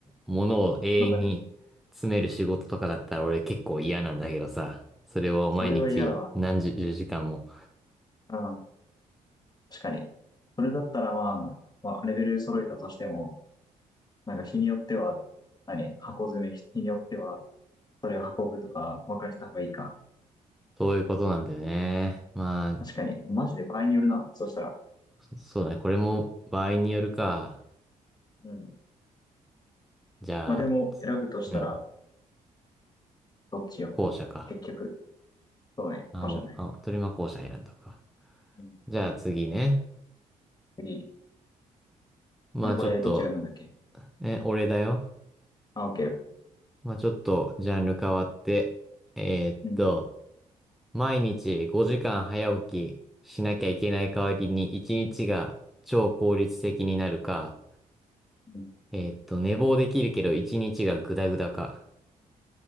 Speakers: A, in the centre; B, on the left.
A: 物を永遠に詰める仕事とかだったら俺結構嫌なんだけどさ、
B: まだね。
A: それを毎日何十時間も、
B: それは嫌だわ。うん。確かに。それだったらまあ、まあ、レベル揃えたとしても、なんか日によっては、何、箱詰め、日によっては、それを運ぶとか、分かれた方がいいか。
A: そういうことなんだよね。まあ、
B: 確かに、マジで場合によるな。そしたら。
A: そそうだね。これも場合によるか。
B: うん。
A: じゃあ、
B: まあでも、選ぶとしたら、
A: うん、
B: どっちよ。
A: 後者か。
B: 結局。そうね。
A: あ、
B: かもしれない。
A: おあ、鳥間後者選んだか。
B: うん。
A: じゃあ次ね。
B: 次。
A: まあちょっと
B: あれ、これ、どっちが読むんだっけ
A: え、俺だよ。
B: あ、オッケー。
A: まあ、ちょっとジャンル変わって、えーっと、
B: うん。
A: 毎日5時間早起きしなきゃいけない代わりに1日が超効率的になるか、
B: うん
A: えーっと、寝坊できるけど1日がグダグダか。